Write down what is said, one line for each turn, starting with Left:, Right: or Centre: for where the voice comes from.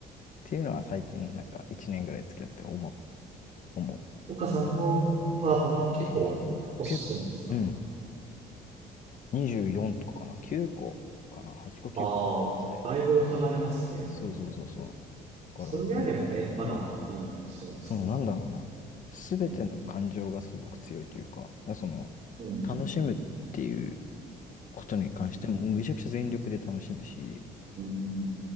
Left: ていうのは最近、なんか1年ぐらい付き合って思う、思う。
Right: 岡さんのパートナーは結構年下なんですか
Left: 結構、うん、24とかかな、9個かな、8個9個離れてて、
Right: ああ、だいぶ離れますね。
Left: そうそうそうそう。だからやっぱり、
Right: それであればね、まだいいのかもしれないですね。
Left: うん。そのなんだろうな。すべての感情がすごく強いというか、
Right: うん。
Left: だからその、
Right: うん。
Left: 楽しむっていうことに関しても、
Right: うん。
Left: めちゃくちゃ全力で楽しむし、
Right: うん。